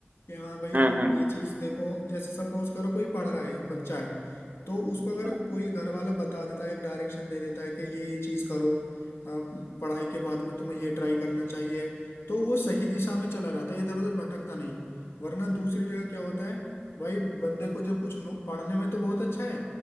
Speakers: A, on the left; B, on the right.
A: कि हाँ भाई
B: हम्म हम्म,
A: ये चीज देखो जैसे सपोज करो कोई पढ़ रहा है बच्चा है तो उसको अगर
B: हम्म।
A: कोई घर वाला बता देता है एक डायरेक्शन दे देता है कि ये ये चीज करो आप पढ़ाई के बाद में तुम्हें ये ट्राई करना चाहिए तो वो सही दिशा में चला जाता है इधर उधर भटकता नहीं वरना दूसरी जगह क्या होता है भाई बंदे को जब कुछ नो- पढ़ने में तो बहुत अच्छा है